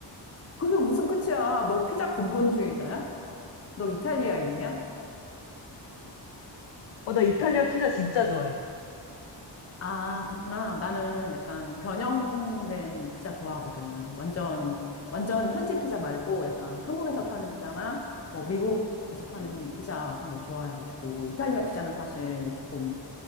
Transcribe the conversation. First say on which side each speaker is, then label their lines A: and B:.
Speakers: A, on the left; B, on the left.
A: 그게 무슨 끝이야? 너 피자 근본주의자야? 너 이탈리아인이야?
B: 어, 나 이탈리아 피자 진짜 좋아해.
A: 아, 그렇구나. 나는 약간 변형된 피자 좋아하거든. 완전, 완전 현지 피자 말고 약간 한국에서 파는 피자나 뭐 미국에서 파는 피자 같은 거 좋아해가지고 이탈리아 피자는 사실 조금